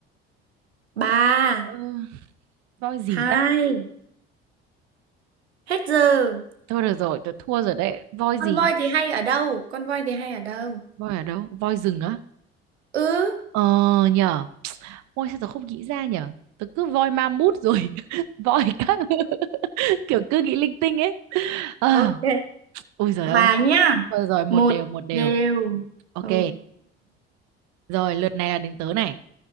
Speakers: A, on the right; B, on the right.
A: ba,
B: ờ, voi gì
A: hai.
B: ta
A: Hết giờ.
B: thôi được rồi tớ thua rồi đấy voi
A: Con
B: gì
A: voi thì hay ở đâu? Con voi thì hay ở đâu?
B: voi ở đâu voi rừng á
A: Ừ.
B: Ờ nhở Ôi sao tớ không nghĩ ra nhở Tớ cứ voi ma mút rồi <laughs> Voi các <laughs> kiểu cứ nghĩ linh tinh ấy à,
A: Ok,
B: Ôi giời
A: hòa
B: ơi
A: nhá.
B: Rồi rồi một
A: Một
B: đều một đều
A: đều.
B: Ok
A: Ok.
B: Rồi lượt này là đến tớ này